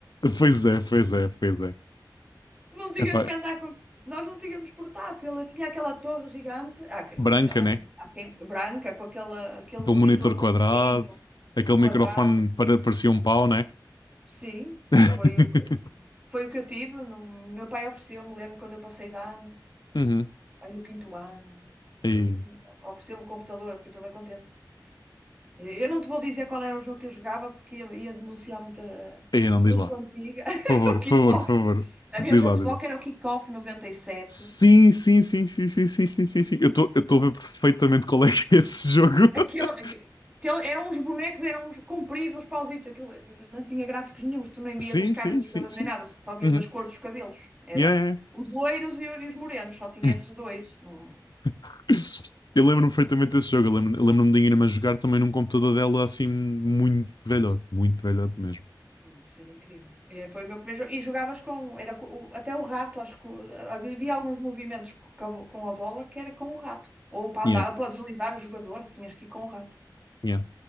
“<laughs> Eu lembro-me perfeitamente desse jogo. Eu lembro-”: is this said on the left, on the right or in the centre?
Left